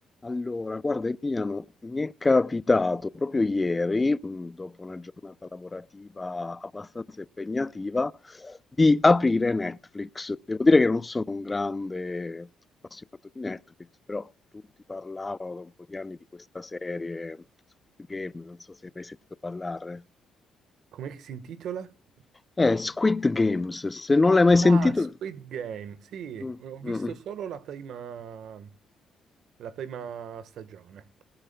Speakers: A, on the left (about 15°); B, on the right (about 75°).
A: Allora, guarda Emiliano, mi è capitato proprio ieri, mh, dopo una giornata lavorativa abbastanza impegnativa, di aprire Netflix. Devo dire che non sono un grande appassionato di Netflix, però tutti parlavano da un po' di anni di questa serie, Squid Game, non so se hai mai sentito parlare.
B: Com'è che si intitola?
A: Eh, Squid Games, se non l'hai mai sentito...
B: Ah, Squid Game. Sì,
A: Mm,
B: ho visto
A: mm. mm.
B: solo la prima, la prima stagione.